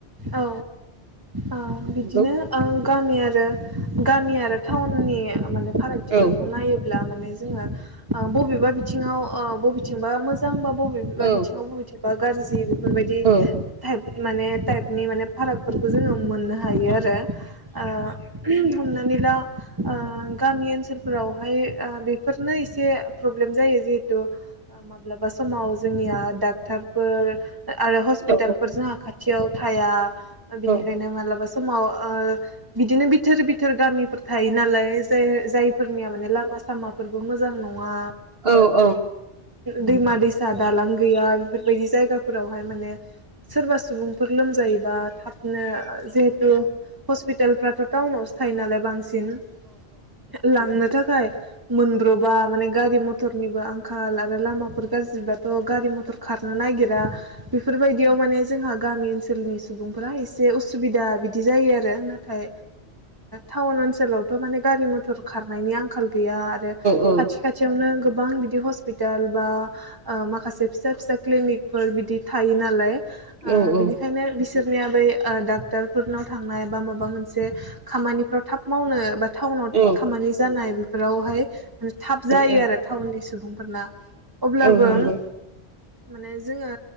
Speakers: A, on the right (about 20°); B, on the right (about 65°).
A: औ। औ बिदिनो
B: नंगौ
A: ओ गामि आरो। गामि आरो टाउननि माने फारागथिफोरखौ
B: औ
A: नायो जेब्ला माने जोंहा बबेबा बिथिंआव ओ बबेथिंब्ला मोजांबा बबेबा
B: औ
A: बिथिङाव बबेथिंबा गाज्रि बेफोरबायदि
B: औ
A: ताइप माने नि माने फारागफोरखौ जोङो मोननो हायो आरो ओ हमनानैला ओ गामि ओनसोलफोरावहाय ओ बेफोरनो एसे प्रब्लेम जायो जिहेथु माब्लाबा समाव जोंनिया डाक्टारफोर आरो हस्पितालफोर
B: औ
A: जोंहा खाथि <inaudible> थाया
B: औ
A: बिनिखायनो
B: औ
A: मालाबा सम समाव ओ बिदिनो बिथोर बिथोर गामिफोर थायो नालाय जाय जायफोरनिया माने लामा सामाफोरबो मोजां नङा
B: औ औ।
A: दैमा-दैसा दालां गैया बेफोरबायदि जायगाफोरावहाय माने सोरबा सुबुं फोर लोम जा जायोबा थाबनो जेहुथु हस्पितालफ्रा टाउनासो थायो नालाय बांसिन बांसिन सिन लांनो थाखाय मोनब्र'बा माने गारि मथरनिबो आंखााल लामाफोर गाज्रि बाथ ओ' गारि मथर खारनो नागिरा बेफोरबायदियाव माने जोंहा गामि ओनसोलनि सुबुंफोरा एसे उसुबिदा सुबिदा बिदि जायो आरो नाथाय टाउन ओनसोलाव माने गारि मथर खारनायनि आंखाल गैया आरो
B: औ
A: खाथि खाथियावनो गोबां बिदि हस्पिटाल बा ओ माखासे फिसा फिसा क्लिनिकफोर बिदि थायो नालाय। ओ
B: औ
A: बिनिखायनो
B: औ
A: बिस बिसोरनिया बै ओ डाक्टारफोरनाव थांनाय बा माबा मोनसे खामानिफ्राव थाब मावनो बाद थाउनाव
B: औ
A: खामानि जानाय बेफ फोरावहाय म थाब जायो
B: औ
A: आरो टाउननि स सुबुंफोरना अब्लाबो
B: औ नंगौ
A: माने जोङो